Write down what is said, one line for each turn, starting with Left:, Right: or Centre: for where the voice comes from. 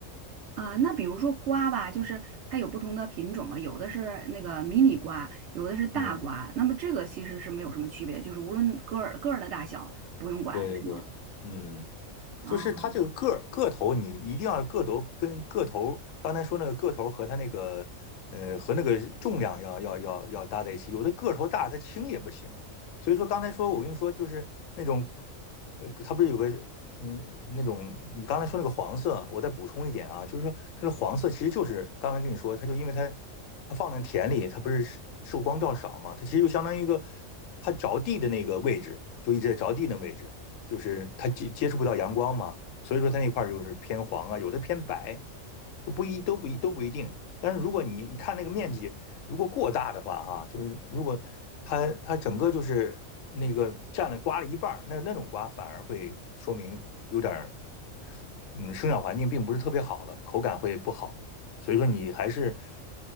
Right: 啊，那比如说瓜吧，就是它有不同的品种嘛，有的是那个迷你瓜，有的是大瓜。
Left: 嗯，
Right: 那么这个其实是没有什么区别，就是无论个儿个儿的大小不用管，
Left: 对对对，
Right: 是吗？
Left: 嗯。
Right: 哦，
Left: 就是它这个个儿个头，你一定要个头跟个头，刚才说那个个头和它那个呃和那个重量要要要要搭在一起。有的个头大，它轻也不行。所以说刚才说我跟你说，就是那种呃，它不是有个嗯那种你刚才说那个黄色，我再补充一点啊，就是说它的黄色其实就是刚才跟你说，它就因为它它放在田里，它不是受光照少嘛，它其实就相当于一个它着地的那个位置，就一直在着地那位置。就是它接接触不到阳光嘛，所以说它那块儿就是偏黄啊，有的偏白，都不一都不一都不一定。但是如果你你看那个面积如果过大的话，哈，啊就是如果它它整个就是那个占了瓜了一半儿那那种瓜反而会说明有点儿嗯生长环境并不是特别好了，口感会不好。所以说你还是